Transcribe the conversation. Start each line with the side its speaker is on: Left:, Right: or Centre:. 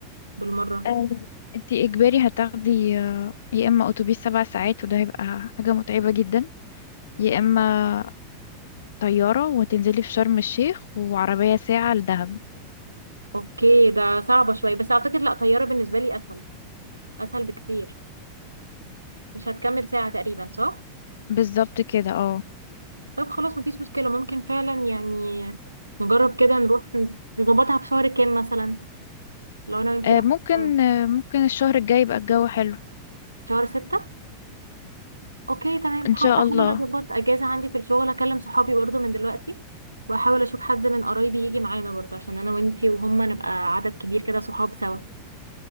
Right: بالمرة
Left: أه انتي إجباري هتاخدي آه، يا إما أتوبيس سبع ساعات وده هيبقى حاجة متعبة جدا يا إما طيارة وتنزلي في شرم الشيخ وعربية ساعة لدهب
Right: اوكي ده صعبة شوية بس اعتقد لا طيارة بالنسبة لي اسهل اسهل بكتير مش هتكمل ساعة تقريبا صح
Left: بالظبط كده اه
Right: طب خلاص مفيش مشكلة ممكن فعلا يعني نجرب كده نروح نظبطها في شهر كام مثلا لو انا وانتي
Left: آه،
Right: رحنا
Left: ممكن
Right: سوا.
Left: آه، ممكن الشهر الجاي يبقى الجو حلو
Right: شهر ستة اوكي تمام
Left: ان
Right: حتى
Left: شاء
Right: احاول
Left: الله
Right: اظبط اجازة عندي في الشغل اكلم صحابي برضو من دلوقتي واحاول اشوف حد من قرايبي يجي معانا برضو عشان انا وانتي وهما نبقى عدد كبير كده صحاب سوا